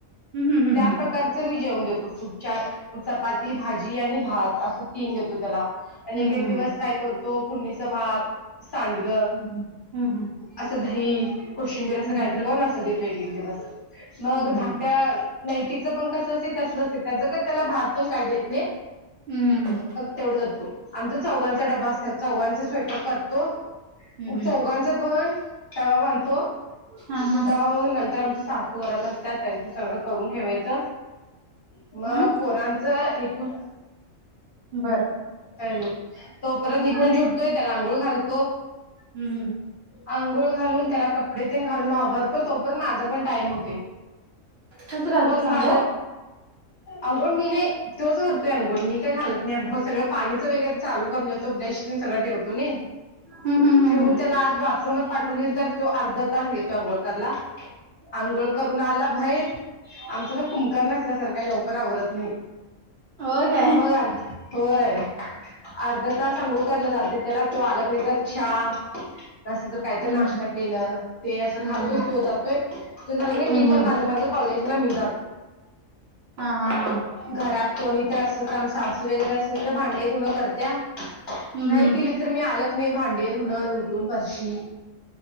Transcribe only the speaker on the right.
हम्म हम्म
हम्म
हम्म
हम्म
हम्म हम्म
हम्म
हम्म
हम्म
हम्म.
हम्म
हा हा
हा
बर
बोल की
हम्म हम्म
तूच घालतीस
अंघोळ
हम्म हम्म हम्म
हम्म
होय काय
हम्म
हम्म
हम्म
हम्म
हा हा हा.
हम्म